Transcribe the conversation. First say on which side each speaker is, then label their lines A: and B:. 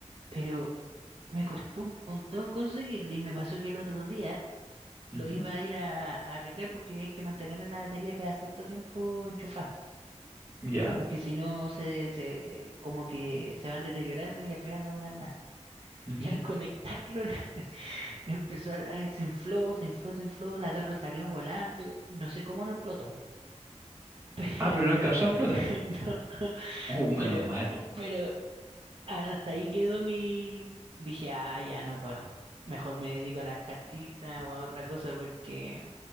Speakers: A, on the right; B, on the right.
A: pero me costó un montón conseguirlo y me pasó que el otro día lo
B: Ujú.
A: iba a ir a, a cargar porque hay que mantener la batería cada cierto tiempo enchufada,
B: Ya.
A: porque si no se, se como que se van deteriorando y al final no duran nada.
B: Ujú.
A: Y al conectarlo <laughs> le empezó a, ay, se infló, se infló, se infló, la tapa salió volando, no sé cómo no explotó, pero
B: Ah, pero no alcanzó a explotar.
A: <laughs> no.
B: Uh, menos
A: Pero,
B: mal.
A: pero hasta ahí quedó mi... Dije, ah, ya no puedo. Mejor me dedico a las cartitas o a otra cosa porque